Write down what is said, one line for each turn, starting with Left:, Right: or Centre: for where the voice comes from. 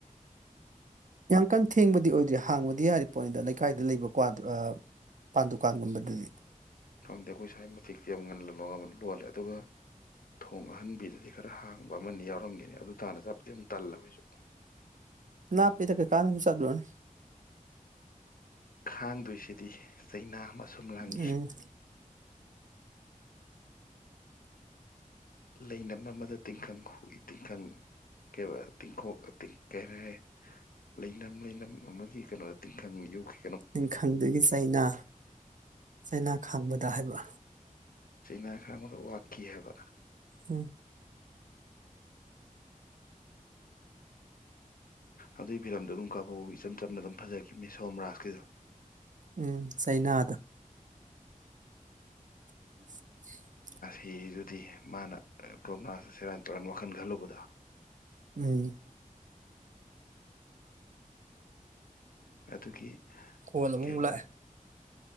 Right: ꯌꯥꯝ ꯀꯟ ꯊꯦꯡꯕꯗꯤ ꯑꯣꯏꯗ꯭ꯔꯤ ꯍꯥꯡꯕꯗꯤ ꯌꯥꯔꯦ ꯄꯣꯠꯅꯤꯗ ꯂꯩꯀꯥꯏꯗ ꯂꯩꯕꯀ꯭ꯋꯥ ꯄꯥꯟ ꯗꯨꯀꯥꯟꯒꯨꯝꯕꯗꯗꯤ
Left: ꯈꯪꯗꯦ ꯑꯩꯈꯣꯏ ꯁꯥꯏ ꯃꯇꯊꯤꯛꯇꯤ ꯌꯥꯝ ꯉꯜꯍꯕ ꯉꯝꯕꯅꯨ ꯂꯣꯜꯂꯦ ꯑꯗꯨꯒ ꯊꯣꯡ ꯑꯍꯟꯕꯤꯗꯨꯗꯤ ꯈꯔ ꯍꯥꯡꯕ ꯑꯃꯅꯤ ꯌꯥꯎꯔꯝꯒꯅꯤ ꯑꯗꯨ ꯇꯥꯅ ꯆꯄꯗꯤꯦ ꯑꯃꯨꯛ ꯇꯜꯂꯦ ꯑꯩꯣꯏꯁꯨ
Right: ꯅꯅꯥ ꯄꯤꯗ ꯀꯩ ꯀꯥꯅ ꯆꯗꯅꯤ
Left: ꯈꯥꯡꯗꯣꯏꯁꯤꯗꯤ ꯆꯩꯅꯥ ꯑꯨꯝ ꯂꯥꯡꯈꯤ
Right: ꯎꯝ
Left: ꯂꯩꯅꯝ ꯑꯃꯗ ꯇꯤꯡꯈꯪꯏ ꯇꯤꯡꯈꯪ ꯀꯩ ꯇꯤꯡꯈꯣꯛ ꯀꯩꯔꯦ ꯂꯩꯅꯝ ꯂꯩꯅꯝ ꯑꯃꯒꯤ ꯀꯩꯅꯣꯗ ꯇꯤꯡꯈꯪ ꯌꯣꯛꯈꯤ
Right: ꯅꯤꯡꯈꯪꯗꯨꯒꯤ ꯆꯩꯅꯥ ꯆꯩꯅꯥ ꯈꯥꯡꯕꯗ ꯍꯥꯏꯕ
Left: ꯆꯅ ꯈꯥ ꯃꯗ ꯋꯥꯀꯤ ꯍꯥꯏꯕ
Right: ꯎꯝ
Left: ꯑꯗꯨꯏ ꯐꯤꯂꯝꯗꯣ ꯑꯗꯨꯝ ꯀꯥꯕꯣꯛ ꯏꯆꯝ ꯆꯝꯅ ꯑꯗꯨꯝ ꯐꯖꯈꯤꯕꯅꯦ ꯁꯣꯝ ꯔꯥꯁꯀꯤꯗꯣ
Right: ꯎꯝ ꯆꯩꯅꯥꯗ ꯎꯝ
Left: ꯐꯤ ꯑꯗꯨꯗꯤ ꯃꯥꯅ ꯀꯣꯔꯣꯅꯥ ꯁꯦꯔꯥꯟ ꯇꯨꯔꯥꯟ ꯋꯥꯈꯜ ꯈꯜꯂꯨꯕꯗ
Right: ꯎꯝ
Left: ꯑꯗꯨꯒꯤ
Right: ꯀꯣꯜ ꯑꯃꯨꯛ
Left: ꯀꯦꯕ
Right: ꯂꯥꯛꯑꯦ